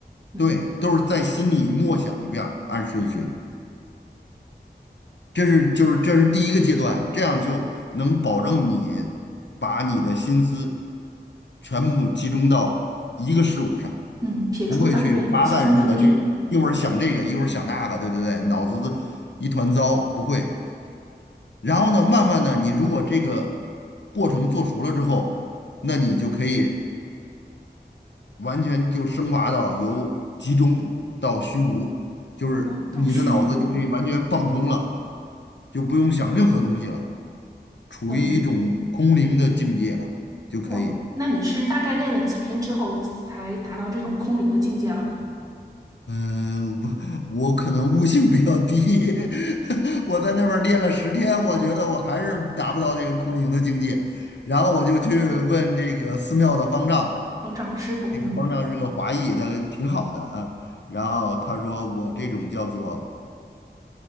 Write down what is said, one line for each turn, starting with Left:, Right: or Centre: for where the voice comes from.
Right: 嗯。
Left: 对，都是在心里默想一遍儿按顺序。这是就是这是第一个阶段，这样就能保证你把你的心思全部集中到一个事物上，
Right: 嗯，撇除杂念，
Left: 不会去发散式的去一会儿想这个，
Right: 集中精力。嗯，
Left: 一会儿想那个，对对对，脑子一团糟，不会。然后呢，慢慢的，你如果这个过程做熟了之后，那你就可以完全就升华到由集中到虚无，就是你的脑子就可以完全放空了，
Right: 哇，到虚无了。
Left: 就不用想任何东西了。处于一种空灵的境界了就可以。
Right: 嗯，哇，那你是大概练了几天之后才达到这种空灵的境界了吗？
Left: 嗯，我我可能悟性比较低，<laughs> 我在那边儿练了十天，我觉得我还是达不到那个空灵的境界。然后我就去问这个寺庙的方丈，
Right: 方丈师傅，
Left: 那个方丈是个华裔，
Right: 嗯
Left: 他挺好的啊。然后他说我这种叫做